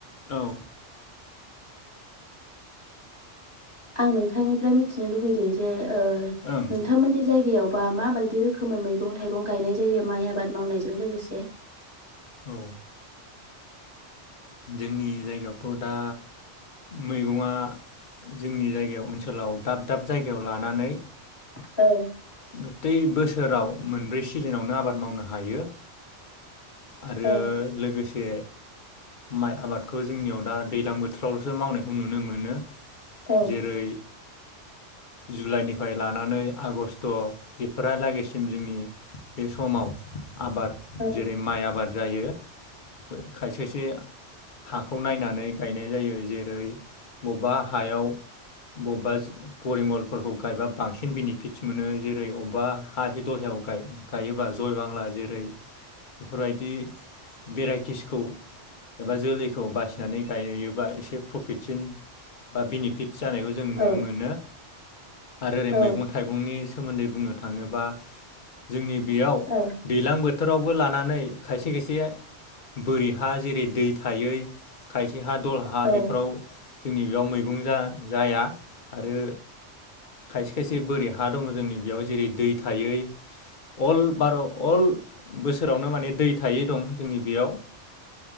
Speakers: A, on the left (about 50°); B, on the left (about 25°).
A: औ
B: आं नोंथांनिफ्राय मिथिनो लुुबैदों जे ओ
A: ओं
B: नोंथांमोननि जायगायावबा मा बायदि रोखोमै मैगं थाइगं गायनाय जायो माइ आबाद मावनायजों लोगोसे
A: औ जोंनि जायगायावथ दा मैगंया जोंनि जायगायाव ओनसोलाव दाब दाब जायगायाव लानानै
B: औ
A: गोथै बोसोराव मोनब्रै सिजोनावनो आबाद मावनो हायो आरो
B: औ
A: लोगोसे माइ आबादखौ जोंनियाव दा दैज्लां बोथोरावलसो मावनायखौ नुनो मोनो
B: औ
A: जेरै जुलाइनिफ्राय लानानै आगष्ट बेफोरालागैसिम जोंनि बे समाव आबाद
B: औ
A: जेरै आबाद जायो खायसेसो हाखौ नायनानै गायनाय जायो जेरै बबेबा हायाव बबेबा परिमलफोरखौ गायबा बांसिन बेनिफिटस मोनो जेरै बबेबा हा दलहायाव गायोबा जय बांला जेरै बेफोरबायदि भेराइटिसखौ एबा जोलैखौ बासिनानै गायो बा एसे प्रफिटसिन बा बेनिफिट जानायखौ जों नुनो
B: औ
A: मोनो आरो ओरै
B: औ
A: मैगं थाइगंनि सोमोन्दै बुंनो थाङोबा जोंनि बेयाव
B: औ
A: दैलां बोथोराव बोलानानै खायसे खायसे बोरै हा जेरै दै थायै खाय हा दल हा
B: औ
A: बेफोराव जोंनि बेयाव मैगं जा जाया आरो खायसे खायसे बोरै हा दङ जोंनि बेयाव जेरै दै थायै अल बार' अल बोसोरावनो माने दै थायै दं जोंनि बेयाव